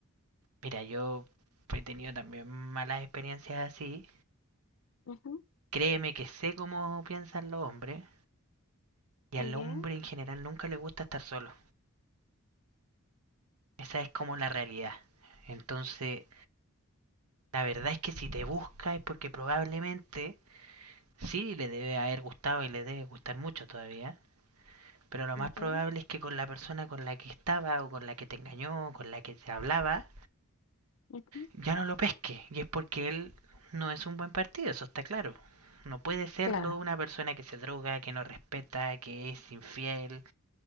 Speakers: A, on the right; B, on the left.
A: mira, yo he tenido también malas experiencias así.
B: Ujú,
A: Créeme que sé cómo piensan los hombres, y al
B: ya
A: hombre en general nunca le gusta estar solo. Esa es como la realidad. Entonces, La verdad es que si te busca es porque probablemente sí le debe haber gustado y le debe gustar mucho todavía, pero lo
B: ya
A: más probable es que con la persona con la que estaba o con la que te engañó o con la que se hablaba,
B: ujú,
A: ya no lo pesque. Y es porque él no es un buen partido, eso está claro. No puede serlo
B: claro.
A: una persona que se droga, que no respeta, que es infiel